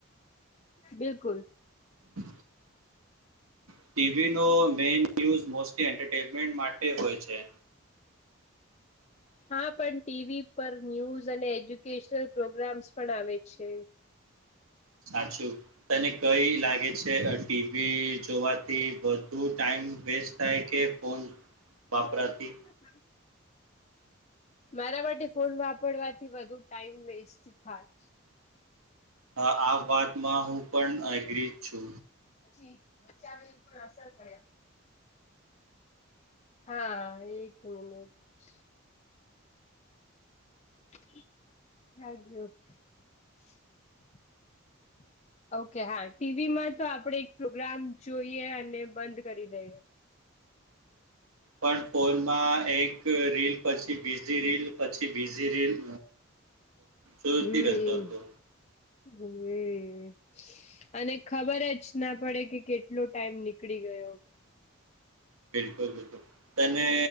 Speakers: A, on the left; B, on the right.
A: બિલકુલ.
B: <inaudible> ટીવીનો મેઈન ન્યુઝ મોસ્ટલી એન્ટરટેનમેન્ટ માટે હોય છે.
A: હા, પણ ટીવી પર ન્યુઝ અને એજ્યુકેશનલ પ્રોગ્રામ્સ પણ આવે છે.
B: સાચુ તને કઈ લાગે છે? ટીવી જોવાથી બધુ ટાઈમ વેસ્ટ થાય કે ફોન વાપરાતીથી
A: <inaudible> મારા માટે ફોન વાપરવાથી વધુ ટાઈમ વેસ્ટ થાય.
B: આ વાતમાં હું પણ એગ્રીજ છુ.
A: પછી બચ્ચાની પણ અસર પડે હા, એક મિનિટ <unintelligible> ઓકે હા. ટીવીમાં તો આપણે એક પ્રોગ્રામ જોઈએ અને બંધ કરી દઈએ.
B: પણ ફોનમાં એક રીલ પછી બીઝી રીલ પછી બીઝી રીલ જોતી
A: હમ
B: રહેતો હતો
A: હ અને ખબર જ ના પડે કે કેટલો ટાઈમ નીકળી ગયો.
B: બિલકુલ. તને